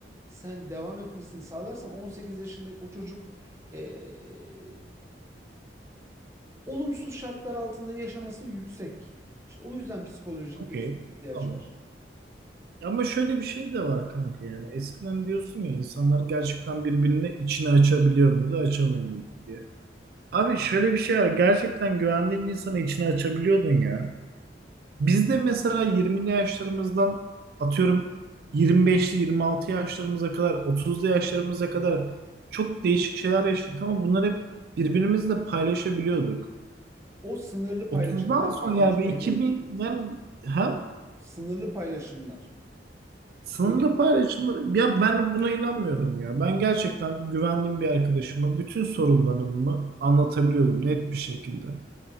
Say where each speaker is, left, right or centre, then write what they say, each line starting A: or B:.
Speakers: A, on the right (about 15°); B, on the right (about 55°).
A: sen devam etmesini sağlarsan 18 yaşında o çocuk eee, olumsuz şartlar altında yaşaması yüksek. İşte o yüzden psikolojik
B: Okey.
A: destek ihtiyaç
B: Tamam.
A: var.
B: Ama şöyle bir şey de var kanka yani. Eskiden diyorsun ya insanlar gerçekten birbirine içini açabiliyor muydu, açamıyor muydu diye. Abi şöyle bir şey var. Gerçekten güvendiğin bir insanı içine açabiliyordun ya. Biz de mesela 20'li yaşlarımızdan atıyorum 25'li 26 yaşlarımıza kadar 30'lu yaşlarımıza kadar çok değişik şeyler yaşadık ama bunları hep birbirimizle paylaşabiliyorduk.
A: O sınırlı paylaşımlar
B: 30'dan sonra
A: Metin
B: yani
A: Şevket.
B: bir 2000'den hem
A: Sınırlı paylaşımlar.
B: sınırlı
A: Benim,
B: paylaşımları ya ben buna inanmıyorum ya. Ben gerçekten güvendiğim bir arkadaşıma bütün sorunlarımı anlatabiliyordum net bir şekilde.